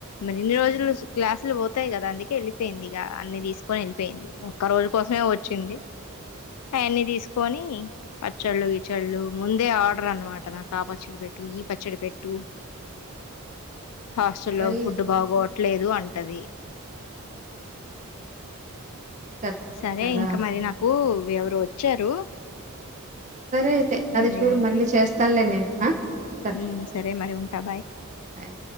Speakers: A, on the left; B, on the right.
A: మరిన్ని రోజులు క్లాసులు పోతాయి కదా అందుకే వెళ్ళిపోయింది ఇక అన్ని తీసుకొని వెళ్ళ వెళ్పోయింది ఒక్క రోజు కోసమే వచ్చింది అవన్నీ తీసుకొని పచ్చళ్ళు గీచళ్ళు ముందే ఆర్డర్ అన్నమాట నాకు ఆ పచ్చడి పెట్టు ఈ పచ్చడి పెట్టు హాస్టలో
B: సల్
A: ఫుడ్ బాగొ ట్లేదు అంటది
B: కదంతా
A: సరే
B: కదా
A: ఇంకా మరి నాకు ఎవరో వచ్చారు
B: సరే అయితే అది
A: మరి
B: చూడు
A: ఉంటా
B: మళ్ళీ చేస్తానులే నేను ఉంటాను
A: ఉమ్, సరే మరి ఉంటా
B: బాయ్